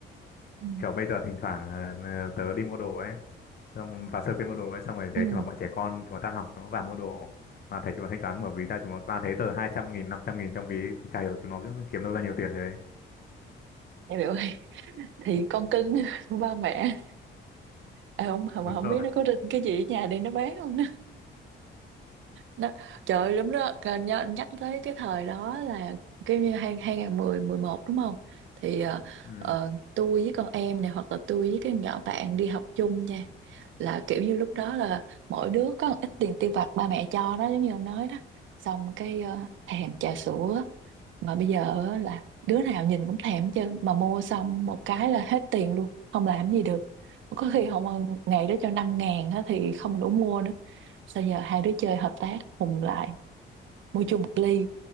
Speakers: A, on the right; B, on the left.
A: ừ.
B: kiểu bây giờ thỉnh thoảng ờ, ờ, tớ đi mua đồ ấy xong vào sơ kia mua đồ ấy xong rồi
A: ừ.
B: thấy thì mà bọn trẻ con chúng nó tan học chúng nó vào mua đồ mà thấy chúng nó thanh toán mở ví ra chúng nó toàn thấy tờ 200 nghìn 500 nghìn trong ví chả hiểu chúng nó cứ kiếm đâu ra nhiều tiền thế
A: Dạ biểu ơi thì
B: <laughs>
A: con cưng <laughs> của ba mẹ à, không mà
B: đúng
A: không
B: rồi
A: biết nó có rinh cái gì ở nhà để nó bán không Đó. Trời ơi, đúng đó Rồi nhớ- nhắc tới cái thời đó là cái như hai hai nghìn mười mười một đúng không thì ờ,
B: ừ.
A: ờ, tôi với con em này hoặc là tôi với cái nhỏ bạn đi học chung nha là kiểu như lúc đó là mỗi đứa có một ít tiền tiêu vặt ba mẹ cho đó giống như ông nói đó xong cái ờ, thèm trà sữa mà bây giờ á là đứa nào nhìn cũng thèm chứ mà mua xong một cái là hết tiền luôn không làm gì được có khi không ngày đó cho năm ngàn á thì không đủ mua nữa sao giờ hai đứa chơi hợp tác hùng lại mua chung một ly